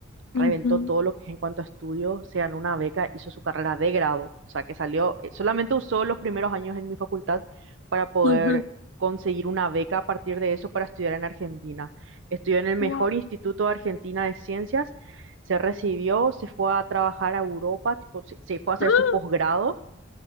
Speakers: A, on the right; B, on the left.
A: Reventó
B: Ujú,
A: todo lo que es en cuanto a estudio, se ganó una beca, hizo su carrera de grado, o sea que salió, eh, solamente usó los primeros años en mi facultad para poder
B: ujú.
A: conseguir una beca a partir de eso para estudiar en Argentina. Estudió en el mejor
B: Wow.
A: instituto de Argentina de ciencias se recibió, se fue a trabajar a Europa, tipo, se, se fue a hacer
B: Ah,
A: su posgrado,